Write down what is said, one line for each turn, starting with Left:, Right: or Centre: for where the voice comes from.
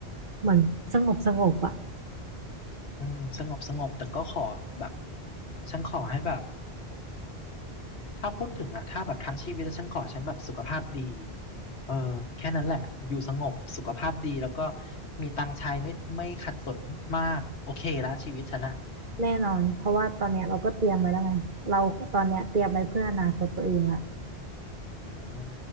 Right: เหมือนสงบสงบอ่ะ
Left: อืมสงบสงบแต่ก็ขอแบบฉันขอให้แบบถ้าพูดถึงอ่ะถ้าแบบทั้งชีวิตแล้วฉันขอฉันแบบสุขภาพดี เออแค่นั้นแหละอยู่สงบสุขภาพดีแล้วก็มีตังค์ใช้ไม่ไม่ขัดสนมากโอเคละชีวิตฉันอะ
Right: แน่นอนเพราะว่าตอนเนี้ยเราก็เตรียมไว้แล้วไงเราตอนเนี้ยเตรียมไว้เพื่ออนาคตตัวเองละ
Left: อืม